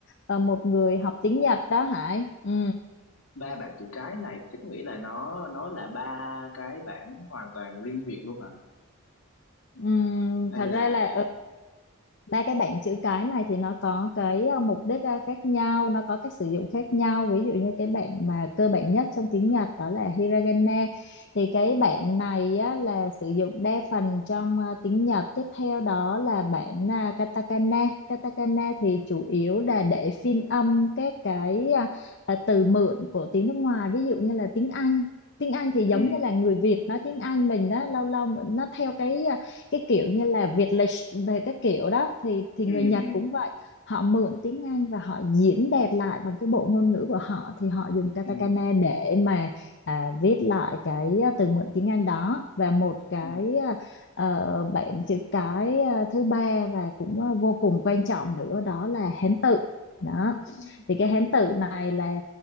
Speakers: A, on the left; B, on the left.
A: à, một người học tiếng Nhật đó Hải ừ
B: ba bảng chữ cái này thì có nghĩa là nó nó là ba cái bảng hoàn toàn riêng biệt luôn hả
A: Ừm,
B: hay
A: thật
B: là
A: ra là ừ, ba cái bảng chữ cái này thì nó có cái ờ, mục đích ờ, khác nhau, nó có cách sử dụng khác nhau. Ví dụ như cái bảng mà cơ bản nhất trong tiếng Nhật đó là hiragana. Thì cái bảng này á, là sử dụng đa phần trong ờ, tiếng Nhật. Tiếp theo đó là bảng ờ, katakana. Katakana thì chủ yếu là để phiên âm các cái ờ, ờ, từ mượn của tiếng nước ngoài. Ví dụ như là tiếng Anh. Tiếng Anh thì giống
B: ừ
A: như là người Việt nói tiếng Anh mình đó lâu lâu nó theo cái ờ, cái kiểu như là Việt lịch về các kiểu đó thì thì
B: ừ
A: người Nhật
B: ừ
A: cũng vậy họ mượn tiếng Anh và họ diễn đạt lại bằng cái bộ ngôn ngữ của họ thì họ dùng katakana
B: ừ
A: để mà à, viết lại cái à, từ mượn tiếng Anh đó và một cái
B: ừ
A: à, ờ, bạn chữ cái à, thứ ba và cũng à, vô cùng quan trọng nữa đó là Hán tự đó
B: ừ.
A: thì cái Hán tự này là